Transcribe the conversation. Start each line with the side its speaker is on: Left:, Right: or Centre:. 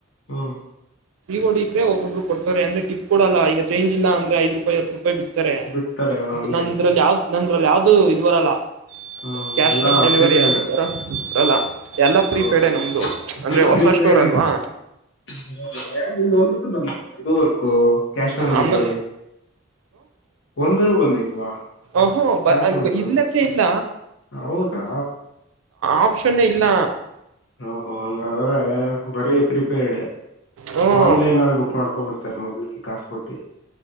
Left: ಹ್ಮ.
Right: ಹೊಡ್ರೆ ಒಬ್ಬೊಬ್ರು ಕೊಡ್ತಾರೆ ಅಂದ್ರ ಟಿಪ್ ಕೊಡಲ್ಲ ಈಗ ಚಂಜ್ ಇಲ್ಲ ಅಂದ್ರೆ ಐದ ರೂಪಾಯಿ ಹತ್ರ ಪ್ಪ ಬಿಡ್ತಾರೆ
Left: ಬಿಡ್ತಾರೆ ಹಂಗೆ
Right: ನಂದ್ರಲ್ಲಿ ಯಾವ್ದ್ ನಂದ್ರಲ್ಲಿ ಯಾವ್ದು ಇದ ಬರಲ್ಲ
Left: ಹ್ಮ್
Right: ಕ್ಯಾಶ್
Left: ಎಲ್ಲಾ
Right: ಆನ್ ಡೆಲಿವರಿಯರ
Left: ಪ್ರಿಪೇರ್ಡ್
Right: ಆತರ ಬರಲ್ಲ ಎಲ್ಲ ಪ್ರೀಪೇಡ
Left: ಹೌದೌದು
Right: ನಮ್ದು ಅಂದ್ರೆ
Left: ಎಲ್ಲ
Right: ಹೊಸ
Left: ಪ್ರೀಪೇರ್ಡ್
Right: ಸ್ಟೋರ್ ಅಲ್ವಾ
Left: <inaudible> ಒಂದು ಬಂದಿಲ್ವಾ ಇದುವರಿಗೂ ಕ್ಯಾಶ್ ಆನ್
Right: ಆಮ
Left: ಡೆಲಿವರಿ ಒಂದುನು ಬಂದಿಲ್ವಾ
Right: ಅಹೋ ಬ
Left: ಕ್ಯಾಶ್ ಆನ್ ಡೆಲಿವರಿ
Right: ಇಲ್ಲಕ್ಕೆ ಇಲ್ಲ
Left: ಹೌದಾ.
Right: ಆಪ್ಷನ್ ಇಲ್ಲ.
Left: ಹ ಹ ಹಂಗಾದ್ರೆ ಬರೀ ಪ್ರಿಪೇರ್ಡ್
Right: ಹ್ಮ
Left: ಆನ್ಲೈನ್ ಅಲ್ಲಿ ಬುಕ್ ಮಾಡ್ಕೊಬಿಡ್ ರ ಮೊದ್ಲಕ್ಕೆ ಕಾಸ ಕೊಟ್ಟಿ